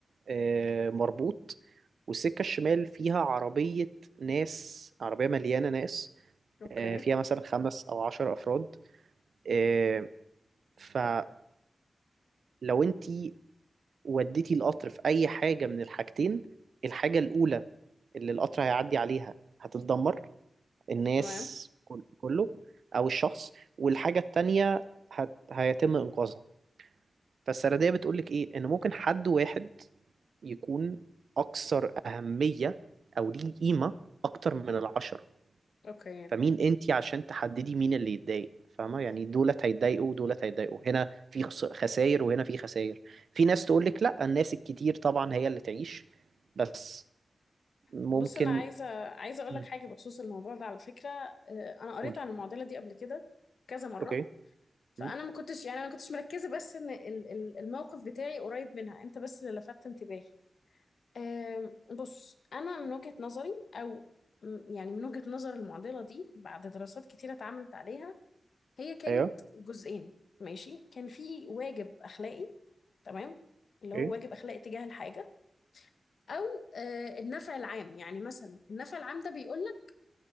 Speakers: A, on the right; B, on the left.
A: آه، مربوط والسكة الشمال فيها عربية ناس عربية مليانة ناس
B: اوكي
A: آه، فيها مثلا خمس أو عشر أفراد آه، فلو انتي وديتي القطر في أي حاجة من الحاجتين الحاجة الأولى اللي القطر هيعدي عليها هتتدمر الناس
B: تمام
A: كل- كله او الشخص والحاجه التانيه هت... هيتم انقاذها فالسرديه بتقول لك ايه ان ممكن حد واحد يكون اكثر اهميه او ليه قيمه اكتر من العشره
B: اوكي
A: فمين انتي عشان تحددي مين اللي يتضايق فاهمه يعني دولت هيتضايقوا ودولت هيتضايقوا هنا في خس- خساير وهنا في خساير في ناس تقول لك لا الناس الكتير طبعا هي اللي تعيش بس ممكن
B: بص انا عايزة عايزة اقول
A: مم.
B: لك حاجة بخصوص الموضوع ده على فكرة آه، انا قريت
A: قولي
B: عن المعضلة دي قبل كده كذا مرة
A: اوكي
B: فانا
A: مم.
B: ما كنتش يعني انا ما كنتش مركزة بس ان ال- ال- الموقف بتاعي قريب منها انت بس اللي لفتت انتباهي أم، بص أنا من وجهة نظري أو م- يعني من وجهة نظر المعضلة دي بعد دراسات كتيرة اتعملت عليها هي كانت
A: ايوه
B: جزئين ماشي كان في واجب أخلاقي تمام اللي
A: ايه
B: هو واجب أخلاقي تجاه الحاجة أو آه، النفع العام يعني مثلا النفع العام ده بيقول لك